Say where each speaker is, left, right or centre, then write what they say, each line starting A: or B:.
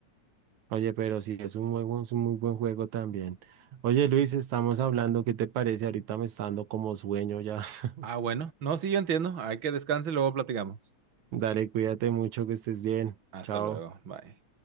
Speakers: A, on the right; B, on the right.
A: Oye, pero sí, es un juego, es un muy buen juego también. Oye, Luis, estamos hablando, ¿qué te parece? Ahorita me está dando como sueño ya. <laughs>
B: Ah, bueno, no, sí, yo entiendo. Hay que descanse y luego platicamos.
A: Dale, cuídate mucho, que estés bien.
B: Hasta
A: Chao.
B: luego, bye.